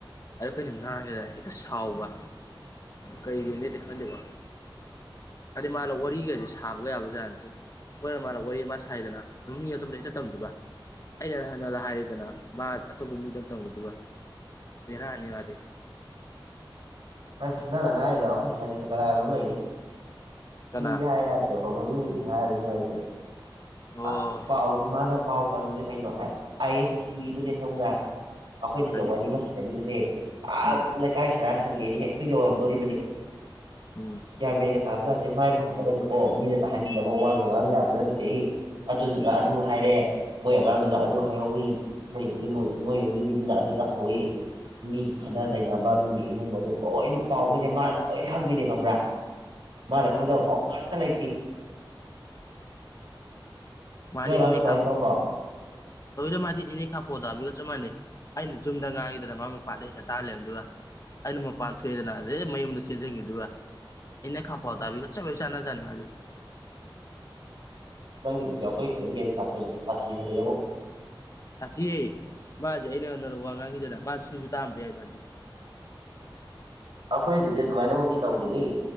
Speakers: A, on the left (about 40°); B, on the right (about 75°).
A: ꯑꯗꯥ ꯑꯩꯈꯣꯏꯅ ꯉꯥꯡꯉꯦꯕ ꯍꯦꯛꯇ ꯁꯥꯎꯕ ꯀꯩꯒꯤꯅꯣꯗꯤ ꯈꯪꯗꯦꯕ ꯑꯗꯥ ꯃꯥꯗꯤ ꯋꯥꯔꯤꯒꯁꯦ ꯁꯥꯕꯒ ꯌꯥꯕꯖꯠ ꯅꯠꯇꯦ ꯑꯩꯈꯣꯏꯅ ꯃꯥꯅ ꯋꯥꯔꯤ ꯃꯥ ꯁꯥꯏꯗꯅ ꯃꯤ ꯑꯗꯨꯝ ꯂꯩꯔꯤꯛꯇ ꯇꯝꯗꯕ ꯑꯩꯅ ꯍꯟꯅ ꯍꯥꯏꯔꯤꯗꯅ ꯃꯥ ꯑꯇꯣꯞꯄ ꯃꯤꯗ ꯇꯝꯒꯗꯨꯕ ꯕꯦꯔꯥꯅꯤ ꯃꯥꯗꯤ
B: ꯑꯁ ꯅꯪꯏ ꯉꯥꯡꯉꯤꯗꯣ ꯑꯩꯈꯣꯏ ꯁꯧꯋꯥꯢꯗꯁꯨ ꯀꯅꯥꯅꯣꯝ ꯂꯩꯌꯦ
A: ꯀꯅꯥ
B: ꯃꯤꯗꯤ ꯍꯥꯏ ꯌꯥꯗꯦ ꯈ ꯃꯤ ꯀꯕꯨꯗꯤ <unintelligible> <unintelligible> ꯍꯥꯢꯔꯔꯣꯢ ꯅꯨꯡꯉꯥꯢꯇ꯭ꯔꯦ ꯑꯁ
A: ꯑꯣ
B: ꯑꯁ ꯄꯥꯎꯁꯦ ꯃꯥꯅ ꯄꯥꯎ ꯇꯝꯕꯁꯦ ꯀꯩꯅꯣ ꯍꯥꯏ ꯑꯥꯏ ꯑꯦꯁ ꯇꯤꯚꯤ ꯑꯗꯨꯅꯦ ꯈꯪꯕ꯭ꯔꯥ ꯑꯩꯈꯣꯏꯅ
A: ꯎꯝ
B: ꯁꯤꯗ
A: ꯈꯪꯉꯤꯅꯤ
B: ꯋꯥꯔꯤ ꯑꯃ ꯁꯥꯟ ꯁꯥꯟꯅꯈꯤꯕꯁꯦ ꯑꯥ
A: ꯎꯝ
B: ꯂꯩꯀꯥꯏ ꯁꯔ ꯁꯪꯉꯩ ꯑꯩꯅ ꯍꯦꯛꯇ ꯌꯧꯔꯝꯗꯣꯔꯤꯕꯅꯤ
A: ꯎꯝ
B: ꯒ꯭ꯌꯥꯟ ꯃꯦꯟꯒ ꯇꯥꯕ ꯖꯥꯠ ꯅꯠꯇꯦ ꯃꯥꯏ ꯃꯥꯡꯗꯒꯅꯦꯀꯣ ꯃꯤꯅ ꯇꯥꯍꯟꯅꯤꯡꯗꯕ ꯋꯥꯒ ꯉꯥꯡ ꯌꯥꯕ ꯖꯥꯠ ꯅꯠꯇꯦꯍꯦ ꯑꯗꯨꯗꯨꯅ ꯑꯗꯨ ꯍꯥꯏꯔꯦ ꯃꯣꯏ ꯑꯉꯥꯡꯗꯨꯅ ꯑꯗꯨ ꯍꯥꯏꯍꯧꯋꯤ ꯃꯣꯏ ꯌꯨꯝꯒꯤ ꯃꯣꯏ ꯃꯣꯏ ꯌꯨꯝꯒꯤ ꯃꯤꯗꯨꯅ ꯑꯗꯨ ꯇꯧꯍꯧꯋꯤ ꯃꯤꯒꯤ ꯈꯠꯅ
A: ꯎꯝ
B: ꯆꯩꯅꯕ ꯃꯤꯒꯤ ꯏꯃꯨꯡ ꯃꯅꯨꯡ ꯂꯣꯏꯅ ꯄꯥꯎꯒꯩꯖꯦ ꯃꯥ ꯂꯣꯏ ꯈꯪꯗꯣꯏꯅꯦ ꯈꯪꯕ꯭ꯔꯥ ꯃꯥꯅ ꯈꯪꯗꯕ ꯄꯥꯎ ꯑꯃꯠꯇ ꯂꯩꯇꯦ
A: ꯃꯥꯗꯤ
B: ꯅꯣꯏ ꯑꯉꯥꯡꯗꯣ
A: ꯏꯅꯦ
B: ꯁꯨꯃꯥꯏꯅ
A: ꯈꯥ
B: ꯇꯧꯕ꯭ꯔꯣ
A: <unintelligible> ꯃꯥꯗꯤ ꯏꯅꯦꯈꯥ ꯄꯧꯗꯥꯕꯤꯒ ꯆꯞ ꯃꯥꯟꯅꯩ ꯑꯩꯅ ꯌꯨꯝꯗ ꯉꯥꯡꯉꯤꯗꯅ ꯃꯥ ꯃꯄꯥꯟꯗ ꯍꯦꯛꯇ ꯇꯥꯔꯥ ꯂꯩꯔꯝꯗꯣꯏꯕ ꯑꯩꯅ ꯃꯄꯥꯟ ꯊꯣꯛꯑꯦꯗꯅ ꯑꯗꯩ ꯃꯌꯨꯝꯗ ꯆꯦꯟꯖꯟꯒꯤꯗꯨꯏꯕ ꯌꯦꯅꯥꯈꯥ ꯄꯧꯗꯥꯕꯤꯒ ꯆꯞ ꯍꯦꯛ ꯆꯥꯅꯖꯥꯠꯅꯤ ꯃꯥꯗꯤ
B: ꯅꯪꯒꯤꯗꯨꯗꯤ ꯑꯩꯈꯣꯏ ꯁꯤꯗꯒꯤ ꯍꯦꯟꯅ ꯁꯥꯁꯟ ꯁꯥꯊꯤꯈꯠꯂꯛꯑꯦꯕꯨ
A: ꯁꯥꯊꯤꯍꯦ ꯃꯥ ꯍꯧꯖꯤꯛ ꯑꯩꯅ <unintelligible> ꯋꯥ ꯉꯥꯡꯉꯤꯗꯅ ꯃꯥꯖꯨ ꯁꯤꯖꯨ ꯇꯥꯔꯝꯕ ꯌꯥꯏ ꯃꯥꯗꯤ
B: ꯑꯩꯈꯣꯏꯗꯨꯗꯤ ꯑꯗꯨꯃꯥꯏꯅ ꯃꯛꯇꯤ ꯇꯧꯗꯦꯍꯦ